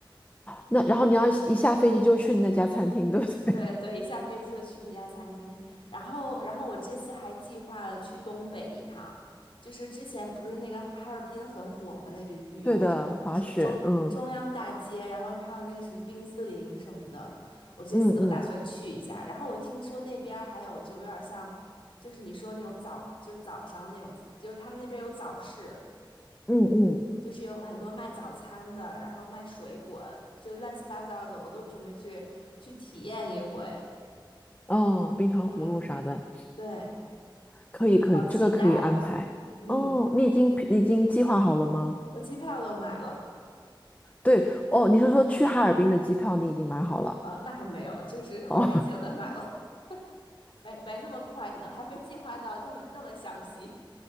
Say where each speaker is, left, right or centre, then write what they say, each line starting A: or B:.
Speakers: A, on the left; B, on the left.
A: 那然后你要一下飞机就去那家餐厅，
B: 嗯。
A: <laughs> 对不对？
B: 对对，一下飞机就去那家餐厅，然后然后我这次还计划了去东北一趟，就是之前不是那个哈尔滨很火嘛，那边旅游什么的，
A: <laughs> 对的，滑雪，
B: 什么中中央大街，
A: 嗯
B: 然后还有那个什么冰激凌什么的，我这次都打算去一下。
A: 嗯嗯
B: 然后我听说那边儿还有就有点像，就是你说那种早就是早上那种，就是他们那边有早市，
A: 嗯嗯，
B: 就是有很多卖早餐的，然后卖水果，就乱七八糟的，我都准备去去体验一回。
A: 哦，冰糖葫芦啥的，
B: 嗯，对，
A: 可以可以，
B: 好期待呀！
A: 这个可以安排。
B: 嗯，
A: 哦，你已经你已经计划好了吗？
B: 我机票都买了，
A: 对，哦，
B: 嗯，
A: 你是说去哈尔滨的机票你已经买好了？
B: 呃，那还没有，就是回北京的买了，
A: 哦。
B: <laughs> 没没那么快呢，还没计划到那么那么详细。